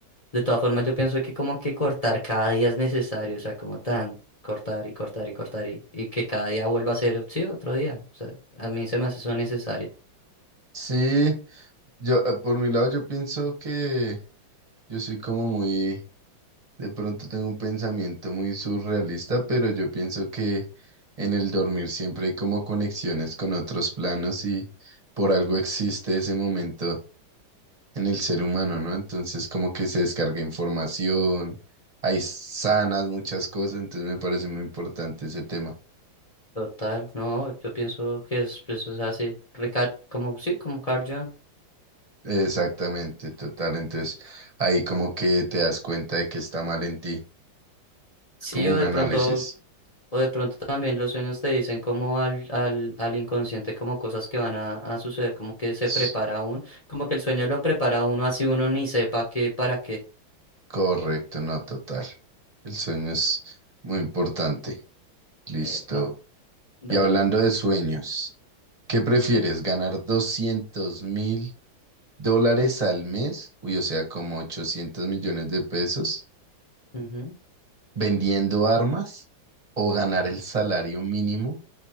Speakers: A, on the left; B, on the right.
A: De todas formas, yo pienso que como que cortar cada día es necesario, o sea, como tan cortar y cortar y cortar y, y que cada día vuelva a ser, sí, otro día. O sea, a mí se me hace eso necesario.
B: sí, yo eh, por mi lado yo pienso que yo soy como muy, de pronto tengo un pensamiento muy surrealista, pero yo pienso que en el dormir siempre hay como conexiones con otros planos y por algo existe ese momento en el ser humano, ¿no? Entonces como que se descarga información, hay sanas muchas cosas, entonces me parece muy importante ese tema.
A: Total, no, yo pienso que es- eso es así, recal- como, sí, como Carl Jung.
B: Exactamente, total. Entonces ahí como que te das cuenta de que está mal en ti.
A: Sí,
B: Es como
A: yo
B: un
A: de
B: análisis.
A: pronto O de pronto también los sueños te dicen como al, al, al inconsciente, como cosas que van a, a suceder, como que se
B: Ts-
A: prepara uno, como que el sueño lo prepara a uno así uno ni sepa qué, para qué.
B: Correcto, no, total. El sueño es muy importante. Listo.
A: Epa, dale.
B: Y hablando de sueños, ¿qué prefieres? ¿Ganar doscientos mil dólares al mes? Uy, o sea, como 800 millones de pesos.
A: Ujú.
B: vendiendo armas o ganar el salario mínimo